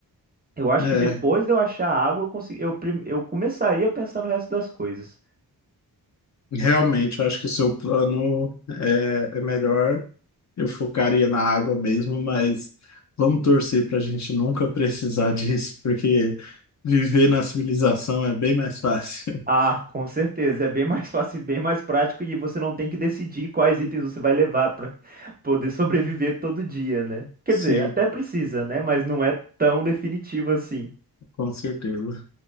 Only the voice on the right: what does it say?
Eu acho
que depois de eu achar a água, eu, consegui, eu, prim- eu começaria a pensar no resto das coisas.
Ah, com certeza, é bem mais <laughs> fácil, e bem mais prático e você não tem que decidir quais itens você vai levar para <laughs> poder sobreviver todo dia, né? Quer
dizer, até precisa, né? Mas não é tão definitivo assim.